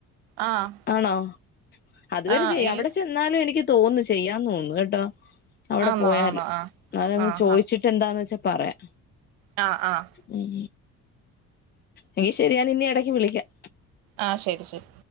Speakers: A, on the right; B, on the left.
A: ആഹ്
B: ആണോ അതുവരെ
A: ആഹ്
B: ചെയ്യു
A: ഇൽ
B: അവിടെ ചെന്നാലും എനിക്ക് തോന്നു ചെയ്യാം തോന്നുന്നു കേട്ടോ അവിടെ
A: ആന്നോ
B: പോയാല്
A: ആന്നോ ആഹ്
B: ആരോടൊന്ന്
A: ആഹ്
B: ചോയിച്ചിട്ട്
A: ആഹ്
B: എന്താന്ന് വെച്ചാ പറയാം
A: ആഹ് ആഹ്
B: ഉം അത് ശരിയാണേലിനിട ഇനി വിളിക്കാം.
A: ആ ശരി ശരി